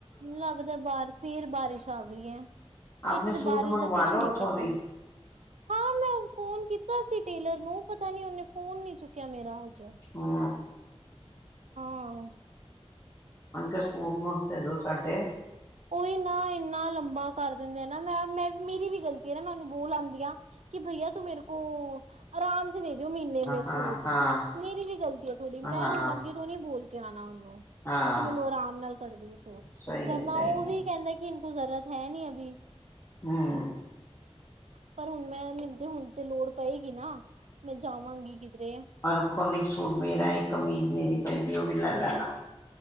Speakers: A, on the right; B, on the left.
A: ਲੱਗਦਾ ਬਾਹਰ ਫੇਰ ਬਾਰਿਸ਼ ਆ ਗਈ ਐ
B: ਆਪਣੇ
A: ਇੱਕ ਤੇ
B: ਸੂਟ
A: ਬਾਰਿਸ਼
B: ਮੰਗਵਾ
A: ਦਾ ਕੁਛ
B: ਲੋ
A: ਨੀ
B: ਉੱਥੋਂ
A: ਪਤਾ
B: ਦੀ
A: ਹਾਂ ਮੈਂ ਫੋਨ ਕੀਤਾ ਸੀ ਟੇਲਰ ਨੂੰ ਪਤਾ ਨੀ ਉਹਨੇ ਫੋਨ ਨੀ ਚੁੱਕਿਆ ਮੇਰਾ ਹਜੇ
B: ਹੂੰ
A: ਹਾਂ
B: ਅੰਡਰ ਸੂਟ ਮੂਟ ਦੇ ਦੋ ਸਾਡੇ
A: ਉਈ ਨਾ ਇੰਨਾ ਲੰਬਾ ਕਰ ਦਿੰਦੇ ਨਾ ਮੈਂ ਮੈਂ ਮੇਰੀ ਵੀ ਗ਼ਲਤੀ ਐ ਨਾ ਮੈਂ ਉਹਨੂੰ ਬੋਲ ਆਂਦੀ ਆ ਕੀ ਭਈਆ ਤੂੰ ਮੇਰੇ ਕੋ ਆਰਾਮ ਸੇ ਦੇ ਦਿਓ ਮ੍ਹੀਨੇ ਮੇ
B: ਹਾਂ
A: ਸੂਟ
B: ਹਾਂ
A: ਮੇਰੀ ਵੀ ਗ਼ਲਤੀ ਏ ਥੋੜ੍ਹੀ ਮੈਂ
B: ਹਾਂ
A: ਹੁਣ ਅੱਗੇ ਤੋਂ ਨੀ ਬੋਲ ਕੇ ਆਣਾ
B: ਹਾਂ
A: ਕਿ ਮੈਨੂੰ ਆਰਾਮ ਨਾਲ ਕਰਦੀ ਸੂਟ
B: ਸਹੀ ਹੈ
A: ਨਾ
B: ਸਹੀ
A: ਉਹ
B: ਹੈ
A: ਵੀ ਕਹਿੰਦਾ ਕਿ ਇਨ ਕੋ ਜ਼ਰਰਤ ਹੈ ਨੀ ਅਭੀ
B: ਹੈਂ
A: ਪਰ ਹੁਣ ਮੈਂ ਮਨੂੰ ਤੇ ਹੁਣ ਤੋ ਲੋੜ ਪਏਗੀ ਨਾ ਮੈਂ ਜਾਵਾਂਗੀ ਕਿਧਰੇ
B: ਓਹਦੇ ਕੋਲ <unintelligible> ਇਕ ਸੂਟ ਮੇਰਾ ਇੱਕ ਕਮੀਜ਼ ਮੇਰੀ ਪਈਦੀ ਉਹ ਵੀ ਲੈ ਲੈਣਾ